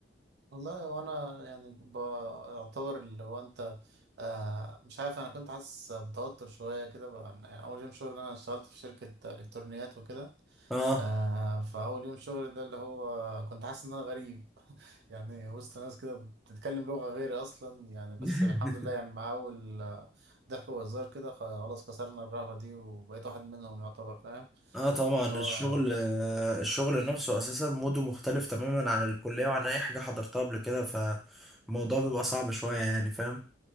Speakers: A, on the right; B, in the centre.
A: والله وانا يعني بعتبر اللي هو انت آه مش عارف انا كنت حاسس بتوتر شويه كده بقى. يعني اول يوم شغل انا اشتغلت في شركه الكترونيات وكده
B: اه
A: آه فأول يوم شغل ده اللي هو كنت حاسس إن أنا غريب <laughs> يعني وسط ناس كده بتتكلم لغة غيري أصلا يعني بس
B: <laughs>
A: الحمد لله يعني مع أول آه، ضحك وهزار كده خلاص كسرنا الرهبة دي وبقيت واحد منهم يعتبر فاهم
B: اه طبعا
A: اللي هو
B: الشغل آه، الشغل نفسه أساسا موده مختلف تماما عن الكلية وعن أي حاجة حضرتها قبل كده فالموضوع بيبقى صعب شوية يعني فاهم